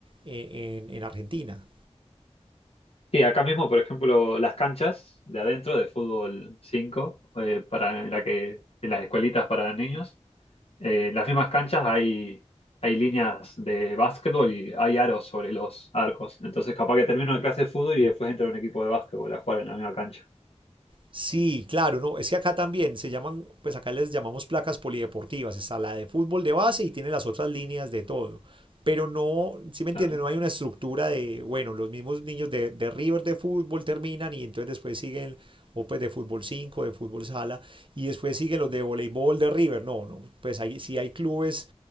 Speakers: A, on the right; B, on the left.
A: en, en, en Argentina.
B: Y acá mismo, por ejemplo, las canchas de adentro de fútbol cinco eh, para en la que en las escuelitas para niños, eh, en las mismas canchas hay hay líneas de básquetbol y hay aros sobre los arcos. Entonces, capaz que termino la clase de fútbol y después entra un equipo de básquetbol a jugar en la misma cancha.
A: Sí, claro, no, es que acá también se llaman, pues acá les llamamos placas polideportivas, está la de fútbol de base y tiene las otras líneas de todo, pero no, si me entienden,
B: Claro.
A: no hay una estructura de, bueno, los mismos niños de, de River de fútbol terminan y entonces después siguen, o pues de fútbol 5, de fútbol sala, y después siguen los de voleibol de River, no, no, pues ahí sí hay clubes.